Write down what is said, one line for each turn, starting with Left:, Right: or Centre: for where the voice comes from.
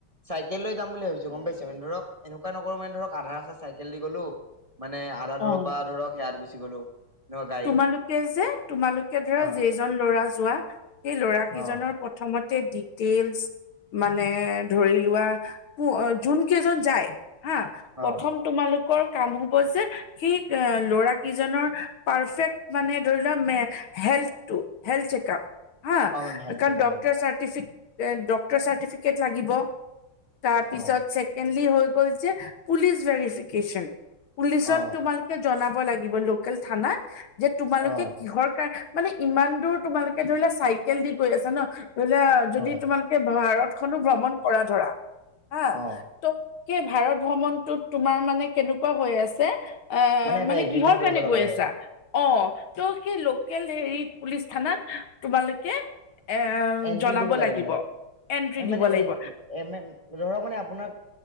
Right: চাইকেল লৈ যাম ভাবিছো গম পাইছে, মানে ধৰক এনেকুৱা নক মানে ধৰক আধা আচা চাইকেল দি গলো মানে আধা
Left: অ'।
Right: দূৰৰ পৰা ধৰক সেয়াত গুচি গলো। এনেকুৱা গাড়ীত
Left: তোমালোকে যে তোমালোকে ধৰা
Right: অ
Left: যেইজন ল'ৰা যোৱা সেই লৰা কেইজনৰ
Right: অ
Left: প্ৰথমত, ডিটেইলচ মানে ধৰি লোৱা যোন কেইজন যায় হা প্ৰথম
Right: অ
Left: তোমালোকৰ কাম হব যে সি এ ল'ৰা কেইজনৰ পাৰফেক্ট মানে ধৰি লোৱা হেল্থটো হেল্থ চেকআপ হা
Right: অ মেম হেল্থ
Left: কাৰাৰ্টিট
Right: চেকআপ
Left: লাগিব তাৰপিছত
Right: অ
Left: ছেকেণ্ডলি হৈ গল যে পুলিচ ভেৰিফিকেশ্যন পুলিচত
Right: অ
Left: তোমালোকে জনাব লাগিব লোকেল থানাত যে তোমালোকে
Right: অ অ
Left: কিহৰ কাৰ মানে ইমান দূৰ তোমালোকে ধৰিলোৱা চাইকেল দি গৈ আছা ন ধৰিলোৱা যদি
Right: অ
Left: তোমালোকে ভাৰত খো ভ্ৰমণ কৰা ধৰা হা
Right: অ
Left: ত' স ভাৰত ভ্ৰমণটোত তোমাৰ মানে কেনেকুৱা হৈ আছে অ
Right: এটা
Left: মানে
Right: এগ্ৰিমেন্ট
Left: কিহৰ
Right: কৰিব
Left: কাৰণে
Right: লগা
Left: গৈ
Right: হয়
Left: আছে অ ত' সেই লোকেল হেৰি পুলিচ থানাত তোমালোকে এ
Right: এন্ট্ৰি
Left: জনাব
Right: দিব লাগে
Left: লাগিব
Right: মানে
Left: এন্ট্ৰি দিব
Right: মানে
Left: লাগিব
Right: এ ধৰক মানে আপোনাৰ